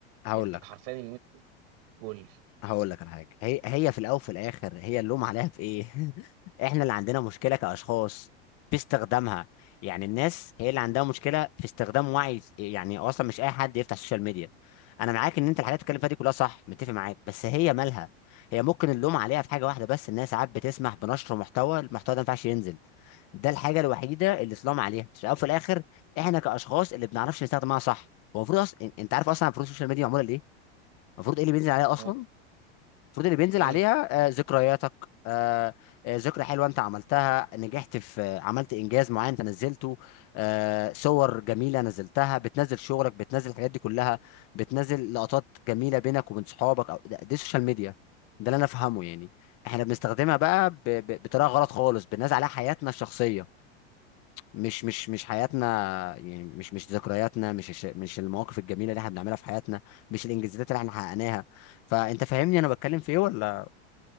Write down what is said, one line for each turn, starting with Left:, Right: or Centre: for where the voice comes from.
Left: هقول
Right: انت
Left: لك
Right: حرفيا اليومين دول
Left: هقول لك على حاجه هي هي في الاول وفي الاخر هي اللوم عليها في ايه <laughs> احنا اللي عندنا مشكله كاشخاص في استخدامها يعني الناس هي اللي عندها مشكله في استخدام وعي يعني اصلا مش اي حد يفتح السوشيال ميديا انا معاك ان انت الحاجات اللي بتتكلم فيها دي كلها صح متفق معاك بس هي مالها هي ممكن اللوم عليها في حاجه واحده بس الناس ساعات بتسمح بنشر محتوى المحتوى ده ما ينفعش ينزل ده الحاجه الوحيده اللي اتلام عليها في الاول وفي الاخر احنا كاشخاص اللي بنعرفش نستخدمها صح هو المفروض اصلا انت عارف اصلا المفروض السوشيال ميديا معموله ليه المفروض ايه اللي بينزل عليها
Right: اللي
Left: اصلا
Right: هو
Left: المفروض اللي بينزل
Right: ايه
Left: عليها آه، ذكرياتك آه، آه، ذكرى حلوه انت عملتها نجحت في آه، عملت انجاز معين انت نزلته آه، صور جميله نزلتها بتنزل شغلك بتنزل الحاجات دي كلها بتنزل لقطات جميله بينك وبين صحابك او ده دي السوشيال ميديا ده اللي انا افهمه يعني احنا بنستخدمها بقى ب- ب- بطريقه غلط خالص بننزل عليها حياتنا الشخصيه مش مش مش حياتنا يعني مش مش ذكرياتنا مش الش- مش المواقف الجميله اللي احنا بنعملها في حياتنا مش الانجازات اللي احنا حققناها فانت فاهمني انا بتكلم في ايه ولا